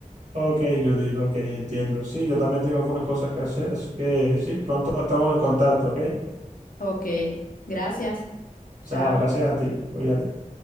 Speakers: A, on the right; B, on the left.
A: Ok, Judith, ok, entiendo. Sí, yo también tengo algunas cosas que hacer, así que sí, pronto estamos en contacto, ¿ok?
B: Ok, gracias. Chao.
A: Chao, gracias a ti. Cuídate.